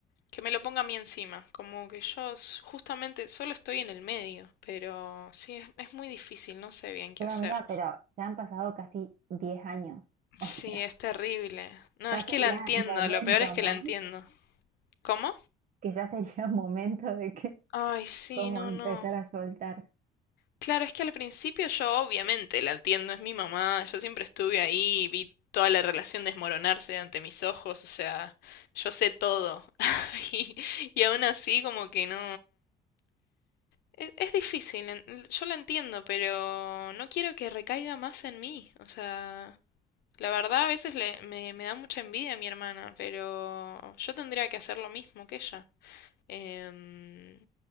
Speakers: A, on the left (about 70°); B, on the right (about 55°).
A: que me lo ponga a mí encima, como que yo s- justamente solo estoy en el medio, pero sí, es, es muy difícil, no sé bien qué
B: Pero
A: hacer.
B: amiga, pero ya han pasado casi 10 años. <laughs> O
A: Sí,
B: sea,
A: es terrible. No,
B: ya
A: es
B: sería
A: que la entiendo,
B: momento,
A: lo peor es que
B: ¿no?
A: la entiendo. ¿Cómo?
B: Que ya sería <laughs> momento de que,
A: Ay, sí,
B: como
A: no,
B: empezar
A: no.
B: a soltar.
A: Claro, es que al principio yo obviamente la entiendo, es mi mamá, yo siempre estuve ahí, vi toda la relación desmoronarse ante mis ojos, o sea, yo sé todo. <laughs> Y, y aún así como que no... Es, es difícil, en- yo la entiendo, pero no quiero que recaiga más en mí, o sea, la verdad a veces le- me, me da mucha envidia a mi hermana, pero yo tendría que hacer lo mismo que ella. Em,